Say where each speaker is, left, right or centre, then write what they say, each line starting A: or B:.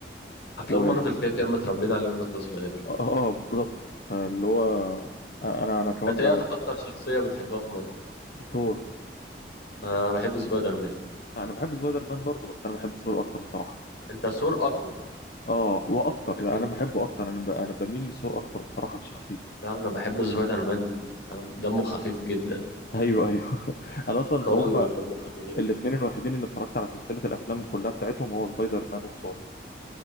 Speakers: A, on the left (about 75°); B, on the left (about 50°).
A: افلام
B: و... اه
A: مارفل كده كده متربيين عليها من واحنا صغيرين يعني
B: آه، آه، بالظبط فاللي هو انا انا كمان
A: انت ايه اكتر شخصيه بتحبها في مارفل
B: ثور
A: انا بحب سبايدر مان
B: انا بحب سبايدر مان برضه بس انا بحب ثور اكتر بصراحه
A: انت ثور اقوى
B: اه واكتر
A: لكن
B: يعني انا بحبه اكتر انا ب... انا بميل لثور اكتر بصراحه في شخصيته
A: لا انا بحب سبايدر مان فاهم دمه خفيف جدا
B: ايوه ايوه <laughs> انا اصلا
A: قوي
B: هم
A: ودمه خفيف
B: الاثنين الوحيدين اللي اتفرجت على سلسله الافلام كلها بتاعتهم هو سبايدر مان وثور